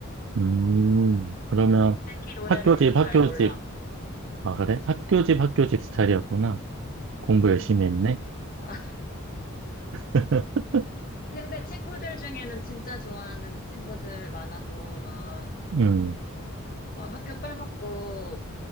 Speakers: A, on the right; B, on the left.
A: 음, 그러면
B: 특히 노래를
A: 학교
B: 오히려
A: 집
B: 잘
A: 학교
B: 몰라.
A: 집
B: 어.
A: 아, 그래? 학교 집, 학교 집 스타일이었구나.
B: 음,
A: 공부 열심히 했네.
B: 아,
A: <laughs>
B: 근데 친구들 중에는 진짜 좋아하는 친구들 많아서, 막,
A: 음,
B: 막 학교 빼먹고,